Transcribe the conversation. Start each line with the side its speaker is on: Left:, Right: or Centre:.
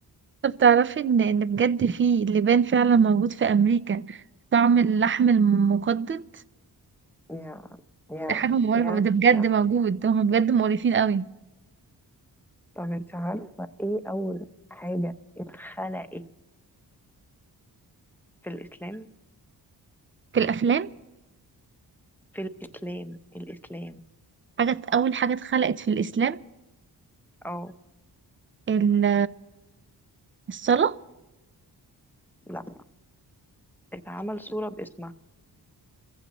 Right: طب تعرفي ان ان بجد في لبان فعلا موجود في امريكا طعم اللحم المقدد
Centre: يا يا
Right: دي حاجه مقرفه
Centre: يا
Right: ده بجد
Centre: يا
Right: موجود ده هم بجد مقرفين قوي
Centre: طب انت عارفه ايه اول حاجه اتخلقت في الاسلام
Right: في الافلام
Centre: في الاسلام الاسلام
Right: حاجه اول حاجه اتخلقت في الاسلام
Centre: اه
Right: ال- الصلاه
Centre: لا اتعمل صوره باسمها